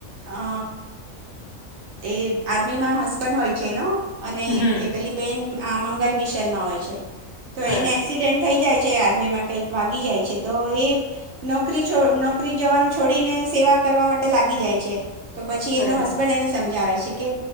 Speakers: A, on the right; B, on the left.
A: અ એ આર્મીમાં હસ પણ હોય છે એનો અને
B: હમ
A: એ પેલી બેન આ મંગલ મિશનમાં હોય છે. તો એને
B: બરાબર
A: એક્સિડેન્ટ થઈ જાય છે આર્મીમાં કઈક વાગી જાય છે તો એ, નોકરી નોકરી જવાનું છોડીને સેવા કરવા માટે લાગી જાય છે. તો પછી
B: બરાબર
A: એનો હસબન્ડ એને સમજાવે છે. કે